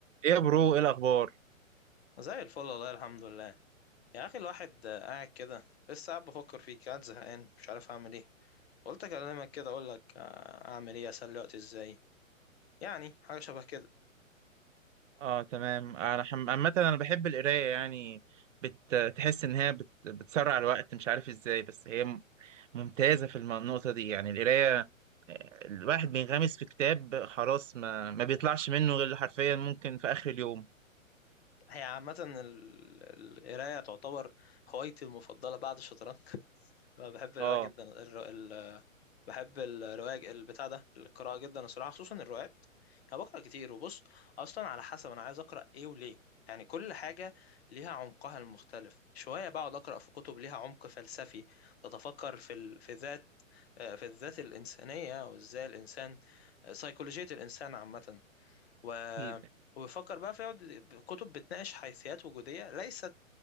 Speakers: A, on the right; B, on the left.
A: ايه يا برو ايه الاخبار
B: زي الفل والله الحمد لله يا اخي الواحد آه، قاعد كده لسه قاعد بفكر فيك قاعد زهقان مش عارف اعمل ايه قلت اكلمك كده اقول لك آه، اعمل ايه اسلي وقتي ازاي يعني حاجه شبه كده
A: اه تمام انا حم... عامه انا بحب القرايه يعني بتحس ان هي بت... بتسرع الوقت مش عارف ازاي بس هي م- ممتازه في الم- النقطه دي يعني القرايه الواحد بينغمس في كتاب خلاص ما ما بيطلعش منه غير حرفيا ممكن في اخر اليوم
B: هي عامه ال- القرايه تعتبر هوايتي المفضله بعد الشطرنج <laughs> أنا بحب القرايه
A: اه
B: جدا ال- ال- بحب الرواية البتاع ده القراءة جدا الصراحة خصوصا الروايات أنا بقرأ كتير وبص أصلا على حسب أنا عايز أقرأ إيه وليه يعني كل حاجة ليها عمقها المختلف شوية بقعد أقرأ في كتب ليها عمق فلسفي تتفكر في ال... في ذات آه، في الذات الإنسانية وإزاي الإنسان آه، سيكولوجية الإنسان عامة و...
A: اكيد
B: وبفكر بقى في يقعد- كتب بتناقش حيثيات وجودية ليست